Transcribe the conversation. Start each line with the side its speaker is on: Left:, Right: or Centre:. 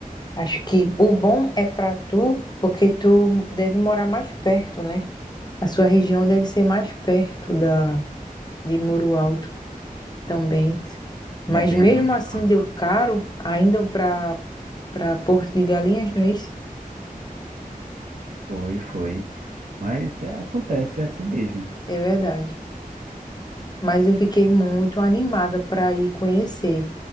Left: acho que o bom é para tu, porque tu deve morar mais perto, né? A sua região deve ser mais perto da, de Muro Alto também. Mas
Right: É bem
Left: mesmo
Right: mais
Left: assim
Right: próximo.
Left: deu caro, ainda para para Porto de Galinhas, não é isso?
Right: Foi, foi. Mas é, acontece, é assim mesmo.
Left: É verdade. Mas eu fiquei muito animada para ir conhecer.